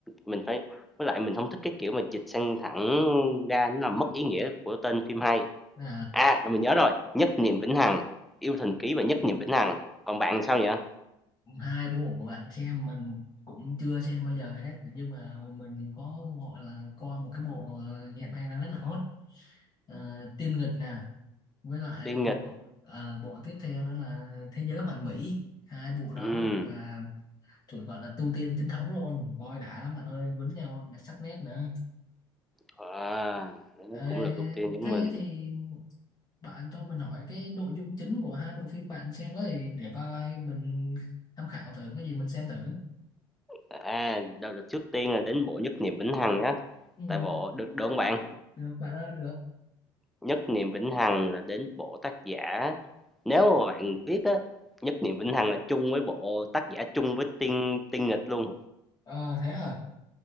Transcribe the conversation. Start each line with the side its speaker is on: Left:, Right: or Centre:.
Centre: Mình phải với lại mình không thích cái kiểu mà dịch sang thẳng ra nó làm mất ý nghĩa của tên phim hay.
Left: ờ.
Centre: À, rồi mình nhớ rồi, Nhất Niệm Vĩnh Hằng, Yêu Thần Ký và Nhất Niệm Vĩnh Hằng. Còn bạn sao vậy?
Left: hai bộ của bạn xem mình cũng chưa xem bao giờ hết nhưng mà mình có gọi là coi một cái bộ ờ, hiện nay đang rất là hot Ờ, Tiên Nghịch nè với lại
Centre: Tiên Nghịch.
Left: bộ ờ, bộ tiếp theo nữa là Thế Giới Hoàn Mỹ hai bộ đó
Centre: Ừm.
Left: là Tụi gọi là tu tiên chính thống luôn Coi đã lắm bạn ơi Quýnh nhau đã sắc nét nữa
Centre: À, nó
Left: Ờ,
Centre: cũng là tu tiên giống
Left: Thế
Centre: mình.
Left: thì bạn cho mình hỏi Cái nội dung chính của hai bộ phim bạn xem đó thì Để coi mình tham khảo thử Cái gì mình xem thử
Centre: À, đầu trước tiên là đến bộ Nhất Niệm Vĩnh Hằng nhá.
Left: ừ,
Centre: Tại bộ được được không bạn?
Left: Được bạn ơi được
Centre: Nhất Niệm Vĩnh Hằng là đến bộ tác giả. Nếu mà bạn biết á, Nhất Niệm Vĩnh Hằng là chung với bộ tác giả chung với Tiên Tiên Nghịch luôn.
Left: Ờ thế hả